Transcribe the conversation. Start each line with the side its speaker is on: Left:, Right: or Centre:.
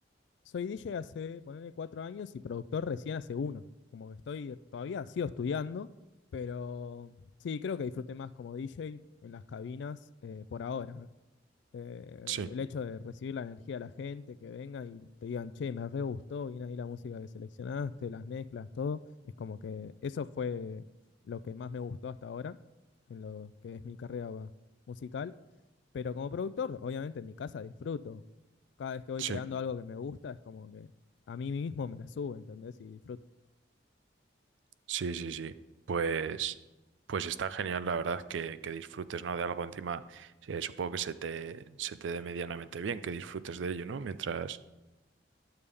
Left: soy DJ hace, ponerle cuatro años y productor recién hace uno. Como que estoy, todavía sigo estudiando, pero sí, creo que disfruté más como DJ en las cabinas eh, por ahora. Eh,
Right: Sí,
Left: el hecho de recibir la energía de la gente, que venga y te digan, che, me re gustó, viene ahí la música que seleccionaste, las mezclas, todo. Es como que eso fue lo que más me gustó hasta ahora, en lo que es mi carrera musical. Pero como productor, obviamente en mi casa disfruto. Cada vez que voy
Right: sí,
Left: creando algo que me gusta, es como que a mí mismo me la subo, ¿entendés? Y disfruto.
Right: sí, sí, sí. Pues, pues está genial, la verdad, que, que disfrutes, ¿no? De algo encima, eh, supongo que se te, se te dé medianamente bien, que disfrutes de ello, ¿no? Mientras,